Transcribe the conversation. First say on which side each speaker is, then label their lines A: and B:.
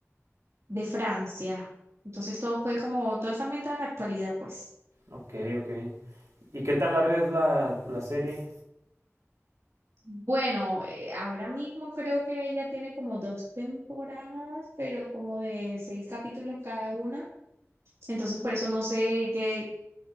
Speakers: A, on the right; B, on the right.
A: de Francia. Entonces todo fue como, todo está ambientado en la actualidad, pues.
B: ok, ok. ¿Y qué tan larga es la, la serie?
A: Bueno, eh, ahora mismo creo que ella tiene como dos temporadas, pero como de seis capítulos cada una. Entonces por eso no sé qué,